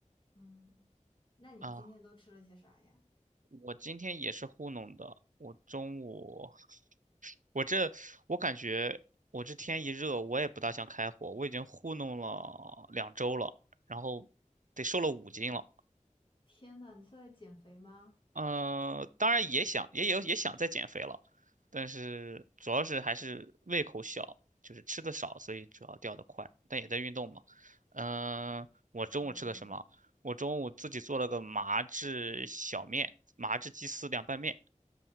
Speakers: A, on the left (about 40°); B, on the right (about 85°).
A: 嗯，那你今天都吃了些啥呀？
B: 啊。我今天也是糊弄的，我中午，我这我感觉我这天一热，我也不大想开火，我已经糊弄了两周了，然后得瘦了五斤了。
A: 天呐，你是在减肥吗？
B: 嗯，当然也想，也有也想再减肥了，但是主要是还是胃口小，就是吃的少，所以主要掉的快，但也在运动嘛。嗯、我中午吃的什么？
A: 哦，
B: 我中午自己做了个麻汁小面，麻汁鸡丝凉拌面，